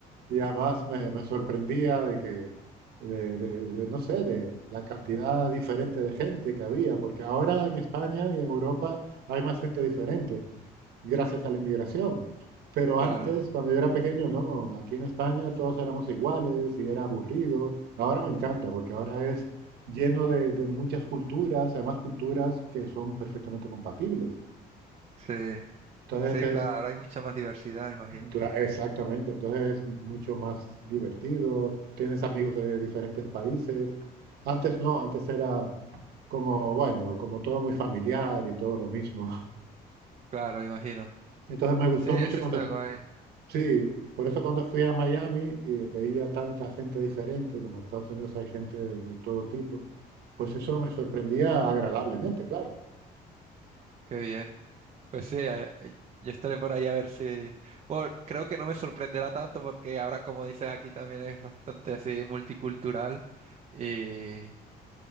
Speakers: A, on the right (about 70°); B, on the right (about 40°).
A: y además me, me sorprendía de que, de, de- de, no sé, de la cantidad diferente de gente que había, porque ahora en España y en Europa hay más gente diferente gracias a la inmigración. Pero
B: Claro,
A: antes, cuando yo era pequeño, no, aquí en España todos éramos iguales y era aburrido. Ahora me encanta porque ahora es lleno de, de muchas culturas, además culturas que son perfectamente compatibles.
B: sí,
A: Entonces
B: sí,
A: es,
B: claro, ahora hay mucha más diversidad, me imagino.
A: cla- exactamente, entonces es mucho más divertido, tienes amigos de diferentes países. Antes no, antes era como, bueno, como todo muy familiar y todo lo mismo.
B: Claro, me imagino.
A: <laughs> Entonces me gustó
B: Sí, eso
A: mucho cuando
B: está guay.
A: Sí, por eso cuando fui a Miami eh, veía tanta gente diferente, como en Estados Unidos hay gente de, de todo tipo, pues eso me sorprendía agradablemente, claro.
B: Qué bien. Pues sí, eh, yo estaré por ahí a ver si... Bueno, creo que no me sorprenderá tanto porque ahora, como dices, aquí también es bastante así multicultural y